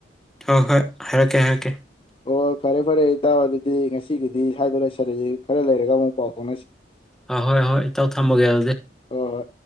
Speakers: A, in the centre; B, on the left.
A: ꯍꯣꯏ ꯍꯣꯏ ꯍꯥꯏꯔꯛꯀꯦ ꯍꯥꯏꯔꯛꯀꯦ꯫
B: ꯍꯣꯏ ꯐꯔꯦ ꯐꯔꯦ ꯏꯇꯥꯎ ꯑꯗꯨꯗꯤ ꯉꯁꯤꯒꯤꯗꯤ ꯁ꯭ꯋꯥꯏꯗ ꯂꯣꯏꯁꯤꯜꯂꯁꯤ ꯈꯔ ꯂꯩꯔꯒ ꯑꯃꯨꯛ ꯄꯥꯎ ꯐꯥꯎꯅꯁꯤ꯫
A: ꯑꯍꯣꯏ ꯑꯍꯣꯏ ꯏꯇꯥꯎ ꯊꯝꯃꯒꯦ ꯑꯗꯨꯗꯤ꯫
B: ꯍꯣꯏ ꯍꯣꯏ